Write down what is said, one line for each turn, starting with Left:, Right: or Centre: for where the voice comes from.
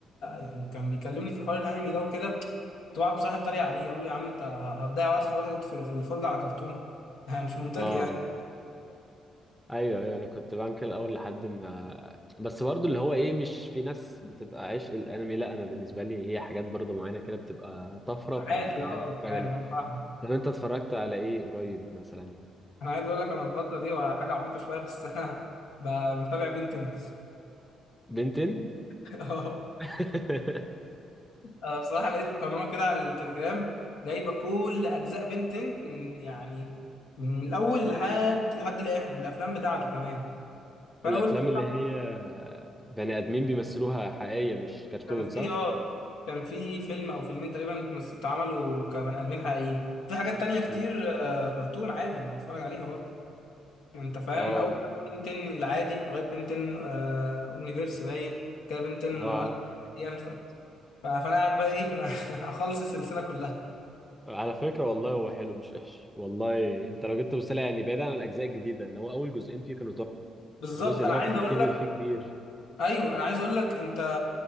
Left: يعني كان بيكلمني في حوار الانمي ده وكده كنت بقعد بصراحه اتريق عليه يقول لي يا عم انت هتضيع وقت فراغك في في الفرجه على كرتون <laughs> مش منطقي
Centre: اه
Left: يعني
Centre: ايوه ايوه انا كنت بعمل كده الاول لحد ما بس برضو اللي هو ايه مش في ناس بتبقى عشق الانمي لا انا بالنسبه لي هي حاجات برضو معينه كده بتبقى طفره
Left: عادي
Centre: فاحب
Left: اه
Centre: اتفرج
Left: فاهم
Centre: عليها
Left: أنا فاهم.
Centre: طب انت اتفرجت على ايه قريب مثلا
Left: أنا عايز اقول لك انا الفتره دي حاجه عبيطه شويه بس انا ب- متابع بنتن
Centre: بنتين
Left: <laughs> اه
Centre: <laughs>
Left: أنا بصراحه لقيت قناه كده على التليجرام جايبه كل اجزاء بنتن يعني من الاول لحد لحد الاخر بالافلام بتاعته كمان فانا
Centre: الافلام
Left: قلت
Centre: اللي هي بني ادمين بيمثلوها حقيقيه مش كرتون
Left: كان في
Centre: صح
Left: اه كان في فيلم او فيلمين تقريبا مس- اتعملوا كبني ادمين حقيقيين في حاجات تانية كتير
Centre: مم.
Left: آه، كرتون عادي ما اتفرج عليها برضه انت فاهم
Centre: اه
Left: من اول بنتين العادي لغايه بنتين آه، اومنيفيرس باين كده بنتين
Centre: اه
Left: ألف ينفع ف- فانا قاعد بقى ايه <laughs> اخلص السلسله كلها
Centre: على فكره والله هو حلو مش وحش والله انت لو جيت تبص لها يعني بعيد عن الاجزاء الجديده اللي هو اول جزئين فيه كانوا تحفه
Left: بالظبط
Centre: الجزء اللي
Left: انا
Centre: هو
Left: عايز
Centre: كان
Left: اقول
Centre: كبر
Left: لك
Centre: فيه كبير
Left: ايوه انا عايز اقول لك انت